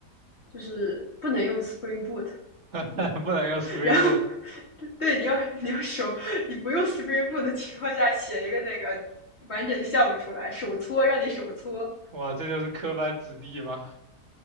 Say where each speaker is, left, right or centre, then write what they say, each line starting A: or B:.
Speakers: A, on the left; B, on the right.
A: 就是不能用 Spring Boot，
B: <laughs> 不能用
A: <laughs>
B: Spring
A: 然后
B: Boot。
A: 对对，你要你要手你不用 Spring Boot 的情况下写一个那个完整的项目出来，手搓让你手搓，
B: 哇，这就是科班子弟吗？